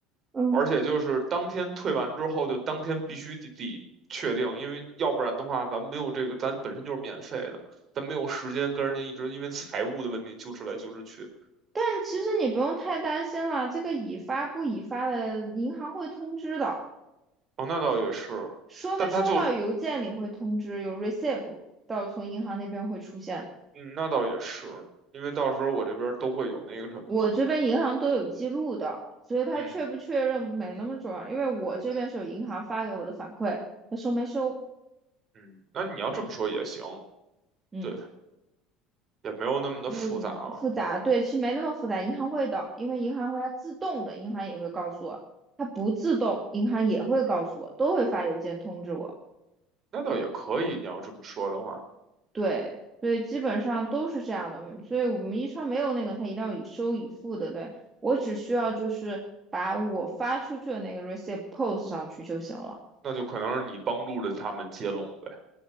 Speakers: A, on the right (about 25°); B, on the right (about 40°).
A: 嗯。
B: 而且就是当天退完之后，就当天必须得得确定，因为要不然的话，咱没有这个，咱本身就是免费的，咱没有时间跟人家一直因为财务的问题纠缠来纠缠去。
A: 但其实你不用太担心啦，这个已发不已发的，银行会通知的，
B: 哦，那倒也是，
A: 收没收到邮件里会通知，
B: 但他就，
A: 有 receipt 到从银行那边会出现的
B: 嗯，那倒也是，因为到时候我这边都会有那个什么嘛，
A: 我这边银行都有记录的，所以他确不确认没那么重要，
B: 嗯
A: 因为我这边是有银行发给我的反馈，他收没收？
B: 嗯，那你要这么说也行，
A: 对，嗯，
B: 对，也没有那么的复杂了，
A: 我嗯复杂，对，其实没那么复杂，银行会的，因为银行会它自动的，银行也会告诉我，它不自动，银行也会告诉我，都会发邮件通知我。
B: 那倒也可以，你要这么说的话，
A: 对，所以基本上都是这样的，嗯所以我们一超没有那个，他一定要以收以付的，对，我只需要就是把我发出去的那个 receipt post 上去就行了，
B: 那就可能是你帮助着他们接龙呗，